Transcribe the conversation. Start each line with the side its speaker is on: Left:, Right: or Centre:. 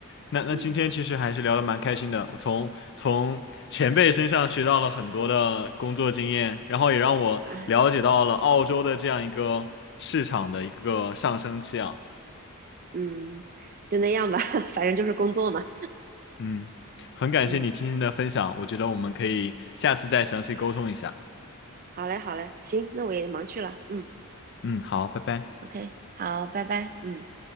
Left: 那那今天其实还是聊得蛮开心的，
Right: 嗯。
Left: 我从从前辈身上学到了很多的工作经验，然后也让我了解到了澳洲的这样一个市场的一个上升期啊。
Right: 啊，嗯，就那样吧，<laughs> 反正就是工作嘛。
Left: 嗯，很感谢你今天的分享，
Right: 嗯，
Left: 我觉得我们可以下次再详细沟通一下。
Right: 好嘞，好嘞，行，那我也忙去了。嗯
Left: 嗯，好，拜拜。
Right: ，OK，好，拜拜。嗯。